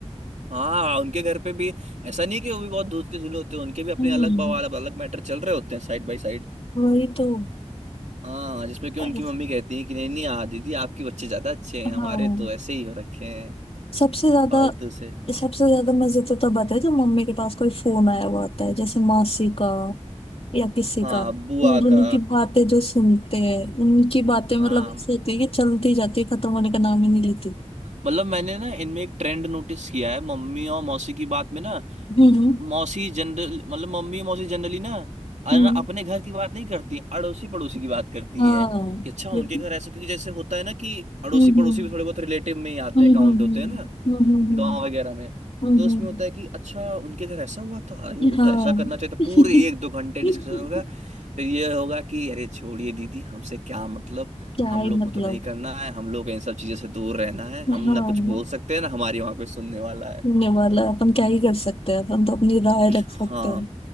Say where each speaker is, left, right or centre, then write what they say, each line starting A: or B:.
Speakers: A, on the right; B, on the left.
A: हाँ उनके घर पे भी ऐसा नहीं कि वो भी बहुत दूध के चूल्हे होते हैं उनके भी अपने
B: हम्म
A: अलग बवाल अलग मैटर चल रहे होते हैं साइड बाय साइड
B: वही तो
A: हाँ जिसमें कि उनकी
B: ऐसे-
A: मम्मी कहती है कि नहीं नहीं आ दीदी आपके बच्चे ज्यादा अच्छे हैं हमारे
B: हाँ
A: तो ऐसे ही हो रखे हैं
B: सबसे ज्यादा
A: फालतू से
B: सबसे ज्यादा मजे तो तब आते हैं जब मम्मी के पास कोई फोन आया हुआ आता है जैसे मासी का या किसी
A: हाँ
B: का
A: बुआ
B: उन दोनों
A: का
B: की बातें जो सुनते हैं उनकी बातें मतलब
A: हाँ
B: ऐसी होती है कि चलती जाती है खत्म होने का नाम ही नहीं लेती
A: मतलब मैंने ना इनमें एक ट्रेंड नोटिस किया है मम्मी और मौसी की बात में ना
B: हम्म
A: मौसी जनरल मतलब मम्मी और मौसी जनरली ना अन-
B: हम्म
A: अपने घर की बात नहीं करती अड़ोसी पड़ोसी की बात करती
B: हाँ
A: हैं कि अच्छा उनके
B: लेकिन
A: घर ऐसा क्योंकि जैसे होता है ना कि अड़ोसी
B: हम्म
A: पड़ोसी भी थोड़े बहुत रिलेटिव में ही आते
B: हम्म
A: हैं काउंट
B: हम्म हम्म
A: होते हैं ना
B: हम्म हम्म हम्म
A: गांव वगैरह में
B: हम्म,
A: तो उसमें
B: हम्म,
A: होता है कि अच्छा उनके घर ऐसा हुआ था अरे वो
B: हम्म,
A: तो
B: हाँ
A: ऐसा करना चाहिए था
B: <laughs>
A: पूरे एक दो घंटे डिस्कशन होगा फिर ये होगा कि अरे छोड़िए दीदी हमसे क्या मतलब
B: क्या
A: हम
B: ही
A: लोग
B: मतलब
A: को तो नहीं करना है हम लोग को इन सब चीजों से दूर रहना है हम
B: हाँ
A: ना कुछ बोल सकते हैं ना हमारी वहां कोई सुनने वाला है
B: होने वाला है, अपन क्या ही कर सकते हैं अपन तो अपनी राय रख सकते
A: हाँ
B: हैं